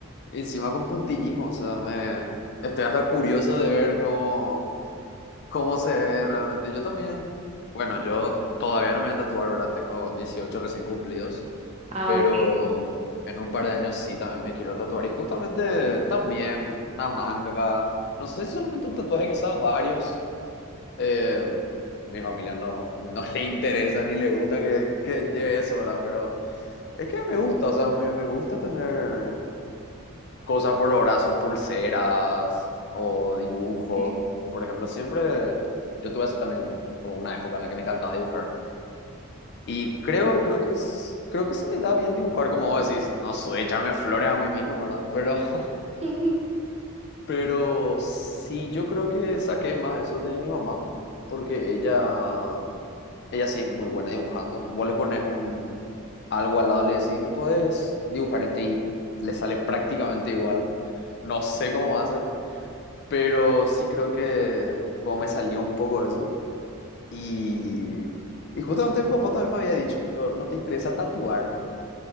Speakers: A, on the left; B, on the right.
A: encima con puntillismo, o sea, me estoy hasta curioso de ver cómo, cómo se ve realmente. Yo también, bueno, yo todavía no me voy a tatuar, ¿verdad? Tengo 18 recién cumplidos,
B: Ah,
A: pero
B: ok.
A: en un par de años sí también me quiero tatuar y justamente también una manga. No sé si solamente un tatuaje, quizás varios. Eh, mi familia no, no le interesa ni le gusta que, que lleve eso, ¿verdad? Pero es que me gusta, o sea, me, me gusta tener cosas por los brazos, pulseras o dibujos.
B: Eh,
A: Por ejemplo, siempre yo tuve así también como una época en la que me encantaba dibujar. Y creo, creo que es, creo que se me da bien dibujar, como vos decís, no soy echarme flores a mí mismo, ¿verdad? Pero, <laughs>
B: <laughs>
A: pero sí, yo creo que saqué más eso de mi mamá, porque ella, ella sí es muy buena dibujando. Vos le pones un, algo al lado, le decís, ¿me puedes dibujar este? Y le sale prácticamente igual. No sé cómo hace, Pero sí creo que como me salió un poco eso. Y, y justamente mi papá también me había dicho, no te interesa tatuar,